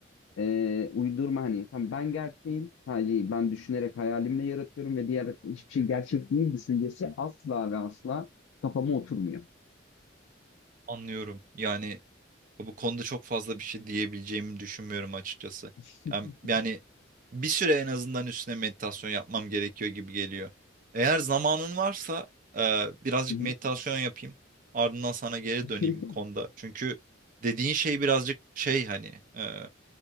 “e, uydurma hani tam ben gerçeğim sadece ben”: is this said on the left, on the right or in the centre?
Left